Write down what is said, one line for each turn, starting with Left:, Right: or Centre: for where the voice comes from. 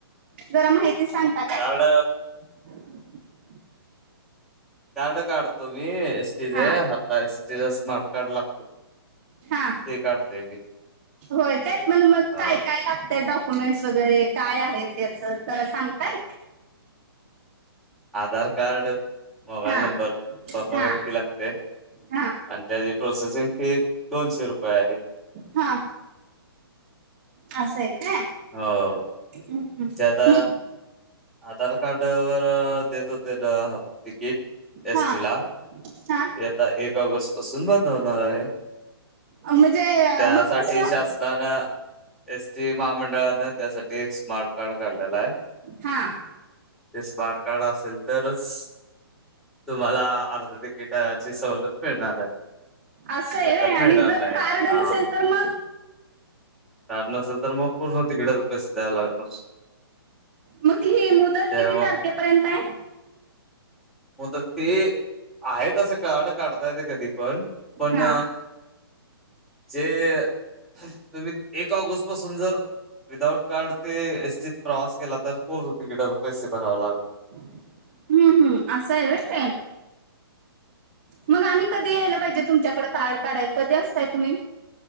Right: जरा माहिती सांगत
Centre: कार्ड
Right: <inaudible>
Centre: कार्ड काढतो मी एसटीच
Right: हा
Centre: आता एसटीच स्मार्ट कार्ड लागतो.
Right: हा
Centre: ते काढतोय मी.
Right: होय काय मग
Centre: अ
Right: काय काय लागत डॉक्युमेंट्स वगैरे काय आहेत त्याच जरा सांगताय?
Centre: आधार कार्ड, मोबाईल
Right: हा
Centre: नंबर, स्वतः
Right: हा
Centre: व्यक्ती लागते
Right: हा
Centre: आणि त्याची प्रोसेसिंग फी एक दोनशे रुपये आहे.
Right: हा. अस आहे काय?
Centre: हो.
Right: हम् हम्
Centre: ते आता
Right: मग.
Centre: आधार कार्ड वर देत होते ना हाफ तिकिट एस
Right: हा
Centre: टिला त्या
Right: हा
Centre: आता एक ऑगस्ट पासून बंद होणार आहे.
Right: म्हणजे
Centre: त्यासाठी
Right: मग कसं
Centre: शासनानं. एस टी महामंडळानं त्यासाठी एक स्मार्ट कार्ड काढलेलं आहे.
Right: हा.
Centre: ते स्मार्ट कार्ड असेल. तरच तुम्हाला अर्ध तिकिटाची सवलत मिळणार आहे.
Right: असं आहे
Centre: नाहीतर
Right: होय
Centre: मिळणार
Right: आणि जर
Centre: नाही.
Right: कार्ड
Centre: हा
Right: नसेल तर मग?
Centre: कार्ड नसेल तर मग पूर्ण तिकिटाच पैसे द्याव लागणार.
Right: मग हि मुदत
Centre: त्यामुळे
Right: किती तारखेपर्यंत आहे?
Centre: मुदत ती, आहे तसं कार्ड काढता येतं कधी पण पण,
Right: हा
Centre: जे, तुम्ही एक ऑगस्ट पासून जर विदाउट कार्ड, ते एसटीत प्रवास केला तर, पूर्ण तिकीटाचे पैसे भराव लागणार.
Right: हम्म हम्म असं आहे होय ते? मग आम्ही कधी यायला पाहिजे तुमच्याकडे कार्ड काढय कधी असताय तुम्ही?